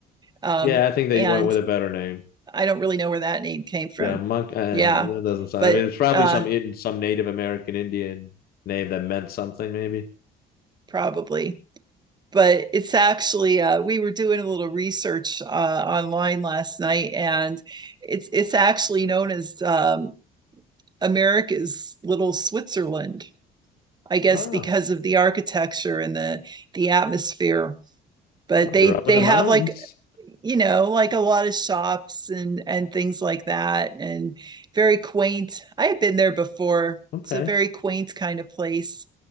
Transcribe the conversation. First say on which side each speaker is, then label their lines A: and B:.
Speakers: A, on the right (about 25°); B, on the left (about 65°).
A: Um,
B: Yeah, I think they
A: and
B: went with a better name.
A: I don't really know where that name came from.
B: Yeah, monk. Um,
A: Yeah.
B: that doesn't sound.
A: But
B: I mean, it's probably
A: uh
B: some some Native American Indian name that meant something. Maybe.
A: probably. But it's actually uh, we were doing a little research uh, online last night, and it's it's actually known as um, America's little Switzerland, I guess
B: Wow,
A: because of the architecture and the the atmosphere. But
B: Oh,
A: they
B: you're up in
A: they
B: the
A: have
B: mountains.
A: like you know like a lot of shops and and things like that and very quaint. I have been there before.
B: Okay.
A: It's a very quaint kind of place.